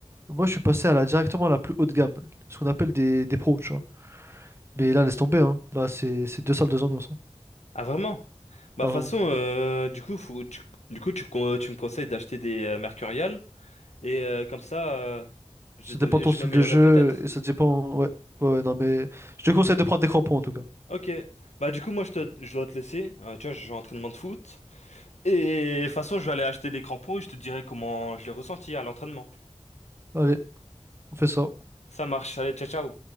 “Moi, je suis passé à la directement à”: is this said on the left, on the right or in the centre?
Right